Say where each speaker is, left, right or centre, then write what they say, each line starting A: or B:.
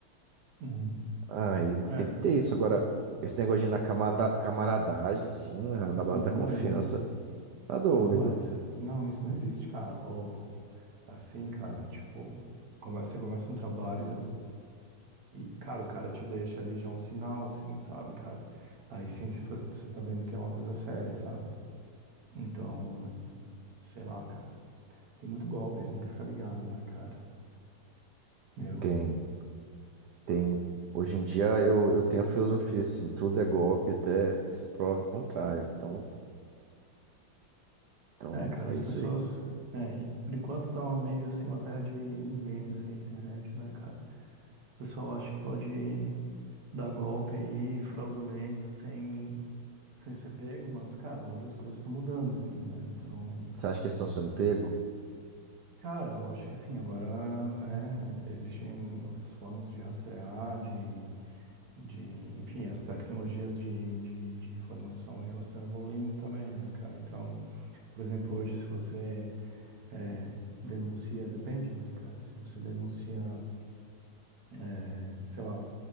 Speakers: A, on the right (about 55°); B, on the right (about 85°).
A: Uhum.
B: Aí
A: É.
B: tem que ter isso. Agora, esse negócio de na camada- camaradagem, sim, na, na base
A: Não,
B: da confiança,
A: não existe.
B: tá doido.
A: Não, vale. Isso... Não, isso não existe, cara. Ou assim, cara, tipo, come- você começa um trabalho e, cara, o cara te deixa ali já um sinal, assim, sabe, cara? Aí sim se fo- você tá vendo que é uma coisa séria, sabe? Então, sei lá, cara. Tem muito golpe aí, tem que ficar ligado, né, cara? Meu.
B: Tem. Tem, hoje em dia eu, eu tenho a filosofia assim, tudo é golpe até que se prove o contrário. Então, então
A: É, cara,
B: é
A: as
B: isso
A: pessoas.
B: aí.
A: É, por enquanto tá uma- meio assim uma terra de ninguém, assim, a internet, né, cara? O pessoal acha que pode dar golpe aí, fraudulento, sem sem ser pego, mas, cara, hoje as coisas estão mudando, assim, né? Então,
B: Você acha que eles estão sendo pego?
A: cara, eu acho que assim, agora, né, existem outras formas de rastrear, de, de, enfim, as tecnologias de, de, de informação, elas estão evoluindo também, né, cara? Então, por exemplo, hoje se você é, denuncia, depende, né, cara? Se você denuncia, é, sei lá,